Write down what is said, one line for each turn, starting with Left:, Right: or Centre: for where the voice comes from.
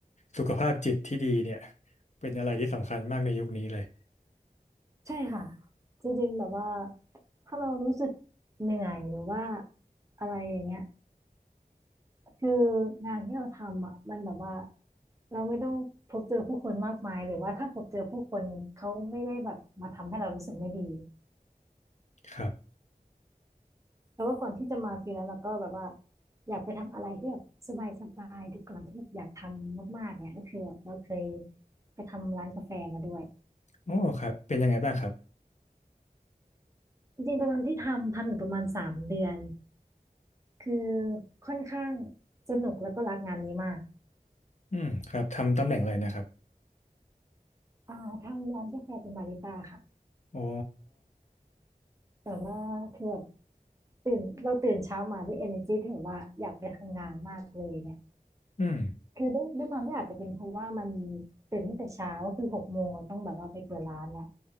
Left: สุขภาพจิตที่ดีเนี่ยเป็นอะไรที่สำคัญมากในยุคนี้เลย
Right: ใช่ค่ะจริงๆแบบว่าถ้าเรารู้สึกเหนื่อยหรือว่าอะไรอย่างเงี้ย คืองานที่เราทำอ่ะมันแบบว่าเราไม่ต้องพบเจอผู้คนมากมายหรือว่าถ้าพบเจอผู้คนเขาไม่ได้แบบมาทำให้เรารู้สึกไม่ดี
Left: ครับ
Right: แต่ว่าก่อนที่จะมาฟรีแลนซ์เราก็แบบว่าอยากไปทำอะไรที่แบบสบายสบายดูก่อนที่แบบอยากทำมากๆเนี่ยก็คือเราเคยไปทำร้านกาแฟมาด้วย
Left: โอ้ครับเป็นยังไงบ้างครับ
Right: จริงๆตอนนั้นที่ทำทำอยู่ประมาณสามเดือนคือค่อนข้างสนุกแล้วก็รักงานนี้มาก
Left: อืมครับทำตำแหน่งอะไรนะครับ
Right: อ่าทำร้านกาแฟเป็นบาริสต้าค่ะ
Left: อ๋อ
Right: แต่ว่าคือแบบ ตื่นเราตื่นเช้ามาด้วย energy ที่แบบว่าอยากไปทำงานมากเลยเนี่ย
Left: อืม
Right: คือด้วยด้วยความที่อาจจะเป็นเพราะว่ามันตื่นตั้งแต่เช้าคือหกโมงเราต้องแบบว่าไปเปิดร้านละ